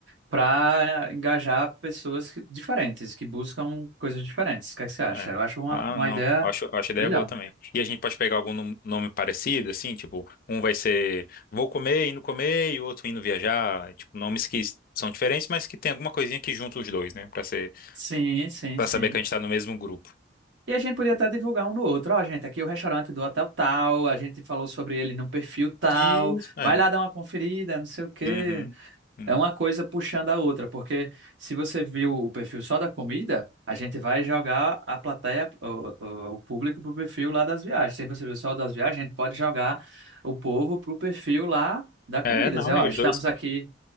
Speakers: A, on the right; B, on the left.
A: para engajar pessoas que- diferentes, que buscam coisas diferentes. O que é que você acha?
B: É.
A: Eu acho uma,
B: Ah,
A: uma
B: não.
A: ideia
B: Acho, acho ideia
A: melhor.
B: boa também. E a gente pode pegar algum nom- nome parecido, assim, tipo, um vai ser vou comer, indo comer, e o outro indo viajar. Tipo, nomes que são diferentes, mas que tem alguma coisinha que junta os dois, né? Pra ser,
A: Sim, sim,
B: pra
A: sim.
B: saber que a gente tá no mesmo grupo.
A: E a gente podia até divulgar um no outro. Ó, gente, aqui é o restaurante do hotel tal, a gente falou sobre ele no perfil tal,
B: Isso,
A: vai
B: é.
A: lá dar uma conferida, não sei o quê.
B: Uhum. Hum.
A: É uma coisa puxando a outra, porque se você viu o perfil só da comida, a gente vai jogar a plateia, o, o- o público pro perfil lá das viagens. Se você viu só o das viagens, a gente pode jogar o povo pro perfil lá da comida.
B: É, não,
A: Dizer, ó,
B: e os
A: estamos
B: dois.
A: aqui